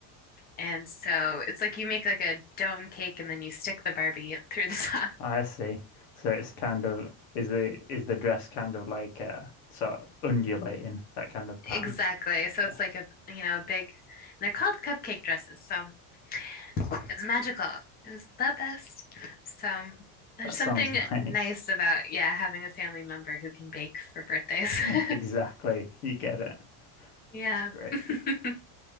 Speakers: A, on the left; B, on the left.
A: And so it's like you make like a dome cake and then you stick the Barbie through the <laughs> top
B: I see. So it's kind of is the is the dress kind of like uh sort of undulating that kind of pattern?
A: Exactly. So
B: Yeah,
A: it's like a, you know, a big, and they're called cupcake dresses. So it was magical. It was the best. So there's
B: that
A: something
B: sounds <laughs> nice.
A: nice about, yeah, having a family member who can bake for birthdays.
B: <laughs>
A: <laughs>
B: Exactly. You get it.
A: Yeah.
B: That's great.
A: <laughs>